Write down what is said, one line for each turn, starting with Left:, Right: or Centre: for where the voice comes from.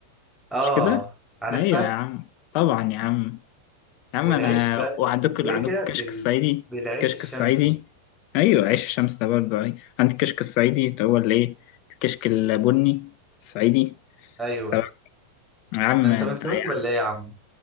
Centre: آه
Left: مش كده
Centre: عارفها
Left: ايوه يا عم طبعا يا عم يا عم
Centre: والعيش
Left: انا
Centre: بقى
Left: وعندك
Centre: الويكة
Left: عندك الكشك
Centre: بال...
Left: الصعيدي
Centre: بالعيش
Left: الكشك
Centre: الشمسي
Left: الصعيدي ايوه عيش الشمس ده برضه ايوه عندك الكشك الصعيدي اللي هو الايه الكشك البني الصعيدي
Centre: أيوه
Left: طبعا يا عم
Centre: ده أنت
Left: انت-
Centre: من سوهاج
Left: يا
Centre: ولا إيه يا عم؟